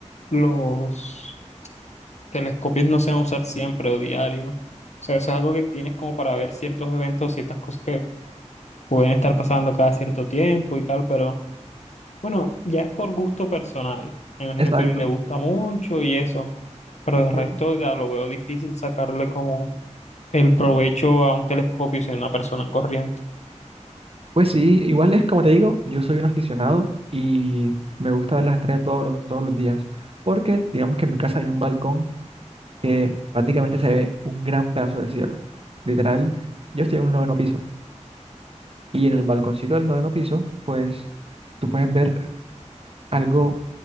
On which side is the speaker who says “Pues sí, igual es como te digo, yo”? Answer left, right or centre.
Right